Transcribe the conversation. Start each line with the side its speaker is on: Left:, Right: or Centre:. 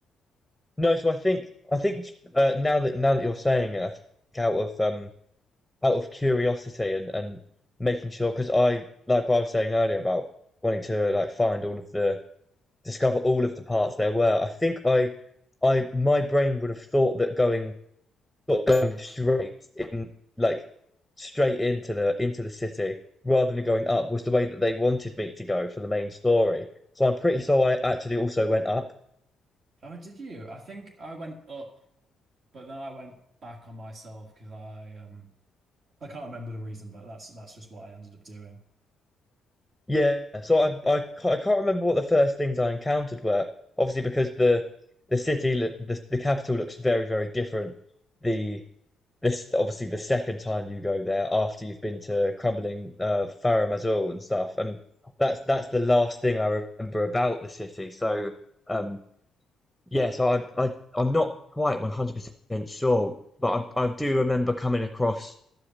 Centre: No, so I think I think uh, now that now that you're saying it, I think out of um out of curiosity and and making sure because I like what I was saying earlier about wanting to like find all of the discover all of the parts there were. I think I, I my brain would have thought that going not going straight in like straight into the into the city rather than going up was the way that they wanted me to go for the main story. So I'm pretty sure I actually also went up.
Right: Oh, did you? I think I went up, but then I went back on myself because I um I can't remember the reason, but that's that's just what I ended up doing.
Centre: Yeah. So I I, I can't remember what the first things I encountered were. Obviously, because the the city, the the capital looks very very different. The this is obviously the second time you go there after you've been to crumbling uh Faro Mazur and stuff and that's that's the last thing I remember about the city so um yeah so I, I I'm not quite 100% sure but I, I do remember coming across